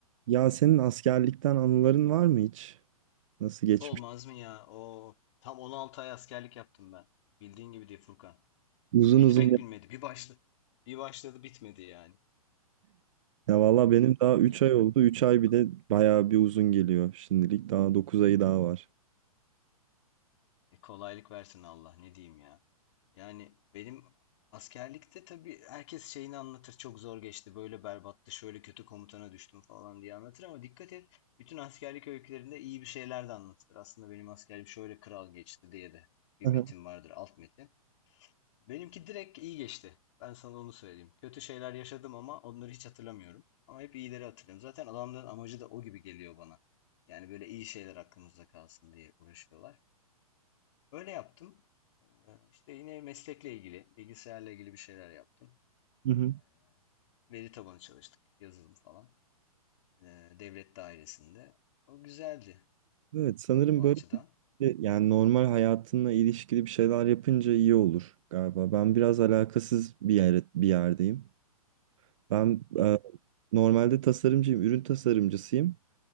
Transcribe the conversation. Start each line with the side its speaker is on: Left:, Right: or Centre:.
Right: Ya senin askerlikten anıların var mı hiç? Nasıl geçmiş?
Left: Olmaz mı ya? O tam 16 ay askerlik yaptım ben. Bildiğin gibi değil Furkan.
Right: Uzun
Left: Bitmek
Right: uzun.
Left: bilmedi. Bir başladı. Bir başladı bitmedi yani.
Right: Ya valla benim daha 3
Left: Ya,
Right: ay oldu. üç ay bir de bayağı bir uzun geliyor şimdilik. Daha 9 ayı daha var.
Left: e, kolaylık versin Allah ne diyeyim ya. Yani benim askerlikte tabii herkes şeyini anlatır. Çok zor geçti. Böyle berbattı. Şöyle kötü komutana düştüm falan diye anlatır ama dikkat et. Bütün askerlik öykülerinde iyi bir şeyler de anlatılır. Aslında benim askerliğim şöyle kral geçti diye de bir
Right: Aha.
Left: metin vardır. Alt metin. Benimki direkt iyi geçti. Ben sana onu söyleyeyim. Kötü şeyler yaşadım ama onları hiç hatırlamıyorum. Ama hep iyileri hatırlıyorum. Zaten adamların amacı da o gibi geliyor bana. Yani böyle iyi şeyler aklımızda kalsın diye uğraşıyorlar. Öyle yaptım. Ee, işte yine meslekle ilgili, bilgisayarla ilgili bir şeyler yaptım.
Right: Hı hı.
Left: Ee, veri tabanı çalıştık, yazılım falan. Ee, devlet dairesinde. O güzeldi
Right: Evet sanırım
Left: o
Right: böyle
Left: açıdan.
Right: yani normal hayatınla ilişkili bir şeyler yapınca iyi olur galiba. Ben biraz alakasız bir yer, bir yerdeyim. Ben
Left: Hı.
Right: e, normalde tasarımcıyım, ürün tasarımcısıyım.